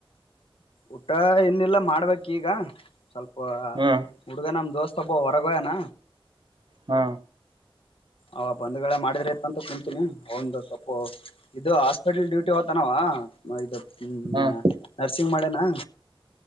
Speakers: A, on the left; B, on the right.
A: ಊಟ ಇನ್ನಿಲ್ಲ ಮಾಡ್ಬೇಕ ಈಗ ಸ್ವಲ್ಪ
B: ಹ್ಮ್
A: ಹುಡ್ಗ ನಮ್ ದೋಸ್ತ <unintelligible> ಹೊರಗ ಹೋಗ್ಯಾನ
B: ಹ್ಮ
A: ಅವ ಬಂದ್ಗಳ ಮಾಡಿದ್ರಿ ಇತ್ತ ಅಂತ ಕುತೀನಿ ಒಂದು ಸಪ್ಪು ಇದು ಹಾಸ್ಪಿಟಲ್ ಡ್ಯೂಟಿ ಹೋಯ್ತಾನವ ಇ <unintelligible>
B: ಹ್ಮ್
A: ಮೊನ್ನೆ ನರ್ಸಿಂಗ್ ಮಾಡೇನಾ